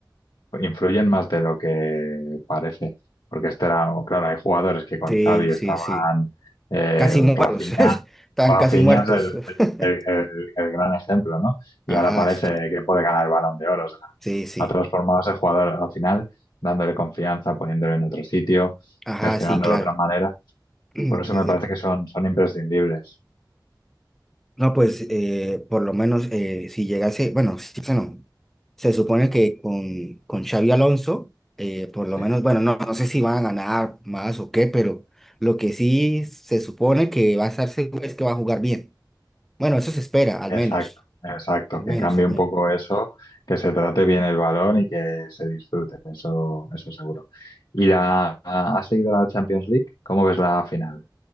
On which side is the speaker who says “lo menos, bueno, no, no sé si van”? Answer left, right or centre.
Centre